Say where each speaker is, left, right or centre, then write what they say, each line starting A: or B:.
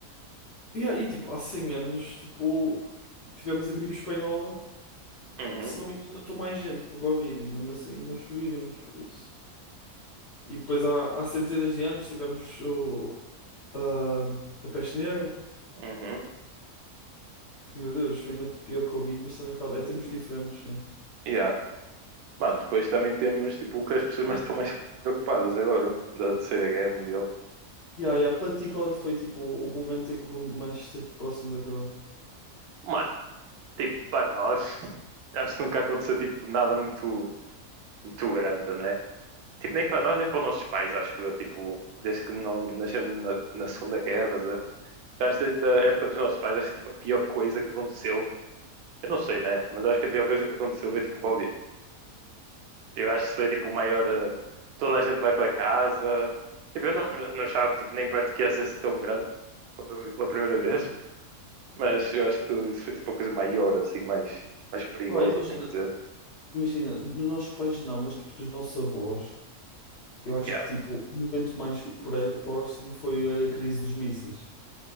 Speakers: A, on the left (about 55°); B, on the right (about 80°).
A: Yeah, e tipo, há 100 anos, tipo, tivemos a gripe espanhola,
B: Uhum,
A: que se não me engano matou mais gente com o Covid, e mesmo assim nós sobrevivemos por isso. E depois há, há centenas de anos tivemos o, a, a peste negra,
B: uhum,
A: que meu Deus, foi ainda pior que o Covid, mas também, claro, é tempos diferentes, né?
B: yeah. Mano, depois também temos tipo o que as pessoas
A: Para
B: mais <laughs> estão
A: ti.
B: mais preocupadas agora, da Terceira Guerra Mundial.
A: Yeah, yeah. Para ti, qual é que foi tipo, o o momento em que o mundo mais esteve próximo de acabar?
B: Mano, tipo, para nós, <laughs> acho que nunca aconteceu tipo nada muito, muito grande, né? Tipo, nem para nós, nem para os nossos pais, acho eu, tipo, desde que não nascemos na, na Segunda Guerra, estás a ver? acho que desde a época dos nossos pais, acho que tipo a pior coisa que aconteceu, eu não sei, né? Mas acho que a pior coisa que aconteceu foi tipo Covid. Eu acho que isso foi tipo o maior. eh, Toda a gente vai para casa. Tipo, eu não, eu não achava que tipo, nem perto que ia ser assim tão grande quando eu vi pela primeira vez. <laughs> Mas eu acho que isso foi tipo a coisa maior, assim, mais, mais perigosa,
A: Pá, imagina,
B: assim por dizer.
A: imagina, dos nossos pais não, mas tipo dos nossos avós, eu acho
B: Yeah.
A: que tipo, o momento mais pré- próximo foi a crise dos mísseis.